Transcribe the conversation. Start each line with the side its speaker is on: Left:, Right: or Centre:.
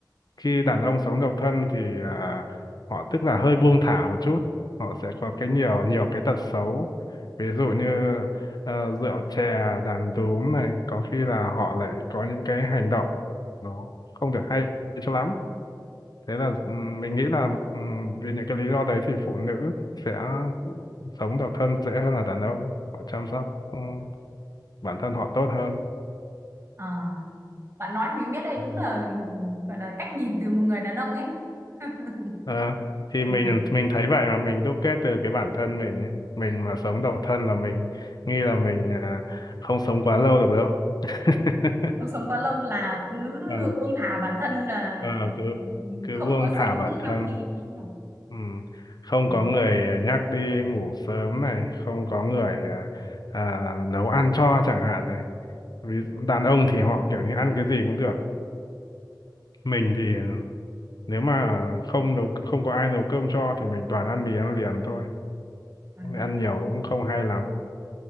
Left: Khi đàn ông sống độc thân thì ờ, họ tức là hơi buông thả một chút, họ sẽ có cái nhiều nhiều cái tật xấu. Ví dụ như ờ, rượu chè, đàn đúm này, có khi là họ lại có những cái hành động nó không được hay cho lắm. Thế là ừm, mình nghĩ là ừm, vì những cái lý do đấy thì phụ nữ sẽ sống độc thân dễ hơn là đàn ông họ chăm sóc ừ, bản thân họ tốt hơn
Right: Ờ, bạn nói mình biết đấy
Left: Đúng
Right: đúng
Left: rồi.
Right: là gọi là cách nhìn từ một người đàn ông ấy <laughs>
Left: Ờ, thì
Right: ừ.
Left: mình mình thấy vậy mà mình đúc kết từ cái bản thân mình ấy. Mình mà sống độc thân là mình nghĩ là mình à, không sống quá lâu được đâu <laughs>
Right: Không sống quá lâu là cứ
Left: Ờ,
Right: buông thả bản thân là
Left: ờ, cứ
Right: ừ,
Left: cứ
Right: không
Left: buông
Right: có
Left: thả
Right: sống
Left: bản thân
Right: healthy ý không
Left: ừ. Không
Right: ừ.
Left: có người à, nhắc đi ngủ sớm này không có người à, à, nấu ăn cho chẳng hạn này Ví- đàn ông thì họ kiểu như ăn cái gì cũng được mình thì nếu mà không nấu không có ai nấu cơm cho thì mình toàn ăn mì ăn liền thôi
Right: À, thế
Left: ăn
Right: à?
Left: nhiều cũng không hay lắm